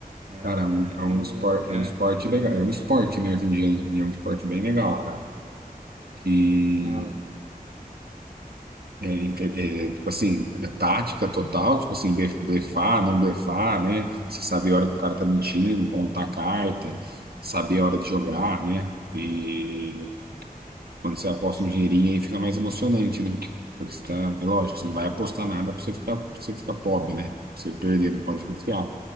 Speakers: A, on the right; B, on the right.
A: É,
B: Cara, é um, é um
A: eu,
B: esporte,
A: eu,
B: é um esporte legal. É um esporte, né, hoje em dia, né? E É um esporte bem legal, cara. E
A: eu,
B: é, inte- é, tipo assim, é tática total, tipo assim, blef- blefar, não blefar, né? Você saber a hora que o cara tá mentindo, contar a carta, saber a hora de jogar, né? E quando você aposta
A: sim.
B: um dinheirinho aí fica mais emocionante, né? Porque você tá, é lógico, você não vai apostar nada pra você ficar, pra você ficar pobre, né? Pra você perder, não pode confiar.